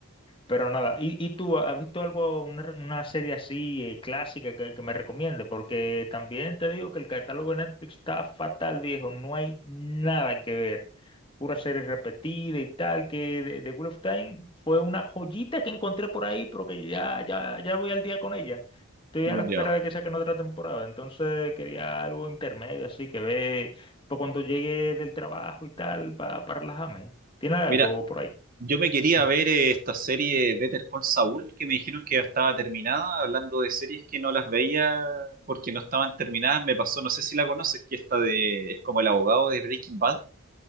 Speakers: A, on the left; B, on the right.
A: Pero nada, ¿y, y tú has visto algo, una, re- una serie así eh, clásica que, que me recomiende? Porque también te digo que el catálogo de Netflix está fatal, viejo, no hay nada que ver. Pura serie repetida y tal, que de, de Wheel of Time fue una joyita que encontré por ahí, pero que ya, ya, ya voy al día con ella. Estoy a la espera
B: Yo.
A: de que saquen otra temporada, entonces quería algo intermedio, así que ve. Para cuando llegue del trabajo y tal, para, para relajarme. ¿Tiene algo
B: Mira,
A: por ahí?
B: Yo me quería
A: Ujú.
B: ver eh, esta serie Better Call Saul, que me dijeron que ya estaba terminada, hablando de series que no las veía porque no estaban terminadas, me pasó, no sé si la conoces, que esta de, es como el abogado de Breaking Bad.